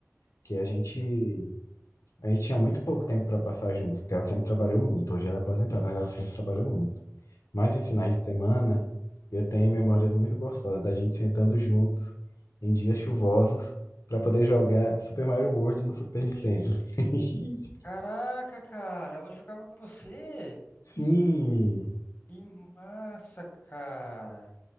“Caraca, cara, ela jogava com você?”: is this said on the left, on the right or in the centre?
Left